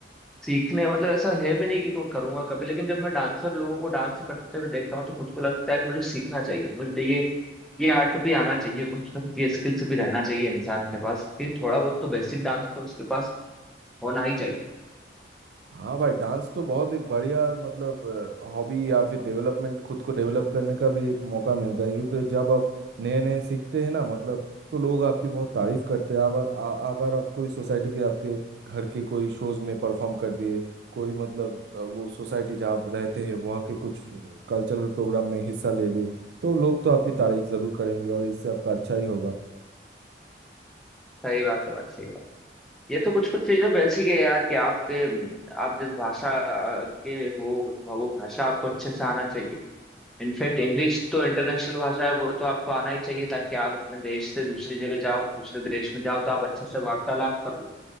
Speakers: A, in the centre; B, on the right (about 65°).
A: सीखने मतलब ऐसा है भी नहीं कि मैं करूंगा कभी लेकिन जब मैं डांसर लोगों को डांस करते हुए देखता हूँ तो खुद को लगता है कि मुझे सीखना चाहिए मुझे ये ये आर्ट भी आना चाहिए कुछ ना कुछ ये स्किल्स भी रहना चाहिए इंसान के पास कि थोड़ा बहुत तो बेसिक डांस तो उसके पास होना ही चाहिए
B: हाँ भाई डांस तो बहुत एक बढ़िया मतलब हॉबी या फिर डेवलपमेंट खुद को डेवलप करने का भी एक मौका मिलता है क्योंकि जब आप नए नए सीखते हैं ना मतलब तो लोग आपकी बहुत तारीफ करते हैं अगर आ- अगर आप कोई सोसाइटी के आपके घर के कोई शोज में परफॉर्म कर दिए कोई मतलब अ, वो सोसाइटी जहाँ आप रहते हैं वहाँ के कुछ कल्चरल प्रोग्राम में हिस्सा ले लिए तो लोग तो आपकी तारीफ जरूर करेंगे और इससे आपका अच्छा ही होगा
A: सही बात है भाई सही बात ये तो कुछ कुछ चीजें बेसिक है यार कि आपके आप जिस भाषा अ, के हो उस- वो भाषा आपको अच्छे से आना चाहिए इनफैक्ट इंग्लिश तो इंटरनेशनल भाषा है वो तो आपको आना ही चाहिए ताकि आप अपने देश से दूसरी जगह जाओ दूसरे देश में जाओ तो आप अच्छे से वार्तालाप कर लो